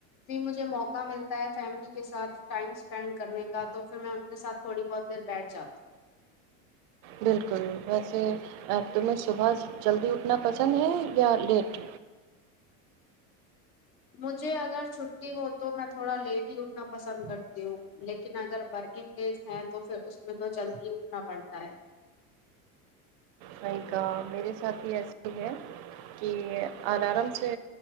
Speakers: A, on the left; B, on the right.
A: بھی مجھے موقع ملتا ہے فیملی کے ساتھ ٹائم اسپینڈ کرنے کا تو پھر میں ان کے ساتھ تھوڑی بہت دیر بیٹھ جاتی
B: بالکل ویسے اب تمہیں صبح جلدی اٹھنا پسند ہے یا لیٹ
A: مجھے اگر چھٹی ہو تو میں تھوڑا لیٹ ہی اٹھنا پسند کرتی ہوں لیکن اگر ورکنگ ڈیز ہیں تو پھر اس میں تو جلدی اٹھنا پڑتا ہے
B: بائیک میرے ساتھ بھی ایسے ہی ہے کہ الارم سے